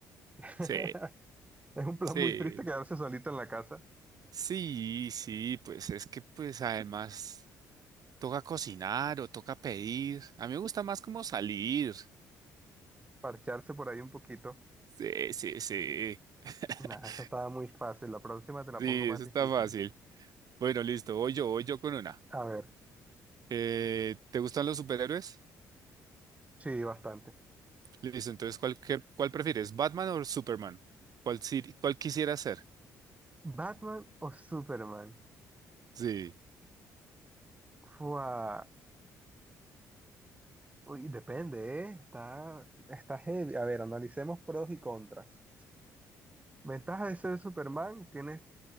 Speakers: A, on the right; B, on the right.
A: <laughs>
B: Sí,
A: Es un plan
B: sí,
A: muy triste quedarse solito en la casa,
B: sí, sí, pues es que pues además toca cocinar o toca pedir. A mí me gusta más como salir.
A: parcharse por ahí un poquito.
B: Sí, sí, sí. <laughs>
A: Nada, esa estaba muy fácil. La próxima te la
B: Sí,
A: pongo más
B: eso
A: difícil.
B: está fácil. Bueno, listo, voy yo, voy yo con una.
A: A ver,
B: Eh, ¿te gustan los superhéroes?
A: sí, bastante.
B: Listo, entonces, ¿cuál, qué- cuál prefieres? ¿Batman o Superman? ¿Cuál, si- cuál quisieras ser?
A: ¿Batman o Superman?
B: Sí.
A: Fua. Uy, depende, ¿eh? Está, está heavy. A ver, analicemos pros y contras. Ventaja de ser Superman, tienes